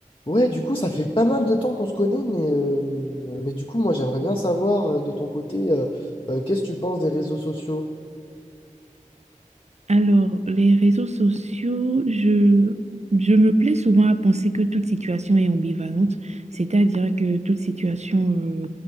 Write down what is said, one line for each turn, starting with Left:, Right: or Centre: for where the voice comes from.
Left: Ouais, du coup, ça fait pas mal de temps qu'on se connaît, mais, euh, mais du coup, moi, j'aimerais bien savoir euh, de ton côté, euh, euh, qu'est-ce que tu penses des réseaux sociaux?
Right: Alors, les réseaux sociaux, je, je me plais souvent à penser que toute situation est ambivalente, c'est-à-dire que toute situation euh,